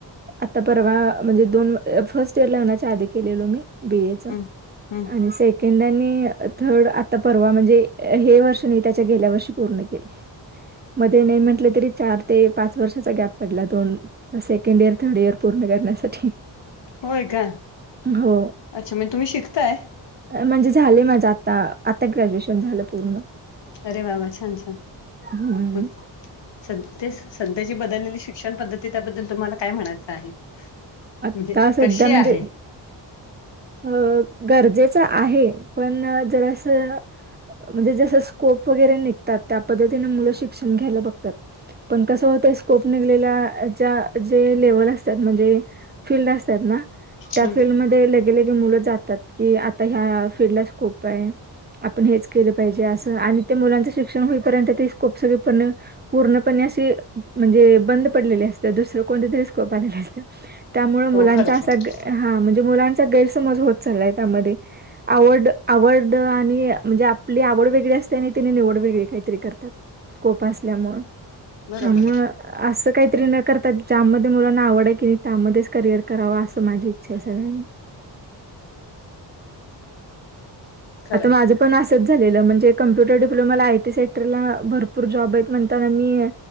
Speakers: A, on the right; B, on the left.
A: आता परवा म्हणजे दोन फर्स्ट इयर लग्नाच्या आधी केलेलो मी. बीए च
B: हम्म हम्म
A: आणि से सेकडनी थर्ड आता परवा म्हणजे हे वर्ष नाही त्याच्या गेल्या वर्षी पूर्ण केले. मध्ये नाही म्हटले तरी. चार ते पाच वर्षाचा गॅप पडला दोन सेकंड इयर थर्ड इयर पूर्ण करण्यासाठी.
B: होय का
A: हो
B: अच्छा म्हणे तुम्ही शिकताय.
A: म्हणजे झाले माझं आता आता ग्रॅज्युएशन झालं पूर्ण.
B: अरे वाबा छान छान
A: हम्म
B: मग स ते. सध्याची बदललेली शिक्षण पद्धती त्याबद्दल तुम्हाला काय म्हणायचं आहे.
A: आता
B: म्हणजे
A: सध्या
B: कशी
A: म्हणजे.
B: आहे?
A: अ गरजेच आहे पण जरा असं. म्हणजे जस स्कोप वगैरे निघतात त्या पद्धतीने मुलं शिक्षण घ्यायला बघतात. पण कसं होत स्कोप निघलेल्या जे लेवल असतात म्हणजे. फीलल्ड असतात ना त्या
B: हम्म.
A: फीलल्डमध्ये. गेले क मुलं जातात की आता ह्या फीलल्ड ला स्कोप आहे. आपण हेच केलं पाहिजे असं आणि ते मुलांचं शिक्षण होईपर्यंत ते स्कोप सगपण. पूर्णपणे असशी म्हणजे बंद पडलेली असते दुसरं कोणत तरीस्कोप आलेले असत. त्यामुळे
B: हो
A: मुलांचा
B: खरंच
A: असा
B: आहे.
A: हा म्हणजे मुलांचा गैरसमज होत चाललाय त्यामध्ये. आवड आवड आणि म्हणजे आपली आवड वेगळी असते आणि तिने निवड वेगळी काहीतरी करतात. स्कोप अस मर
B: बरोबर
A: त्यामुळे.
B: आहे.
A: असं काहीतरी न करताात ज्यामध्ये मुलांना आवड आहे की नाही त्यामध्येच करिअयर करावा असं माझी इच्छा आहे सगळ्यांनी.
B: खरं
A: आता
B: आहे.
A: माझ्या. पण असत झालेलं म्हणजे कम्प्युटर डिप्लोमाला आयटी सेक्टरला भरपूर जॉब आहेत म्हणताना मी.